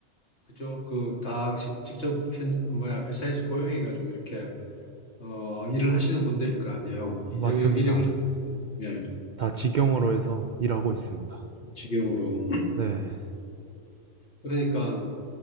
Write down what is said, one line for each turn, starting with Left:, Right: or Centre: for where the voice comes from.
Left: 그죠? 그 다 직접 현, 뭐야, 회사에서 고용해가지고 이렇게, 어, 일을 하시는 분들일 거 아니에요. 일용,
Right: 맞습니다.
Left: 일용, 예,
Right: 다 직영으로 해서 일하고 있습니다.
Left: 직영으로.
Right: 네.
Left: 그러니까